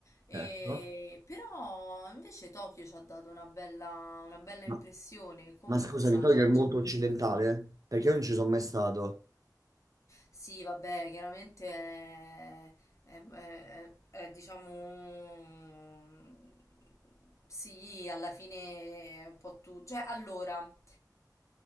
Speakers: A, on the left (about 45°); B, on the right (about 55°).
A: E-
B: Certo.
A: Però invece Tokyo ci ha dato una bella, una bella impressione.
B: Ma,
A: Comunque
B: ma scusami,
A: sa,
B: Tokyo
A: cioè,
B: è molto
A: ci è piaciuto.
B: occidentale, eh? perché io non ci sono mai stato.
A: Sì, vabbè, chiaramente è, è- è- è, diciamo... Sì, alla fine è un po' tutto. Cioè, allora,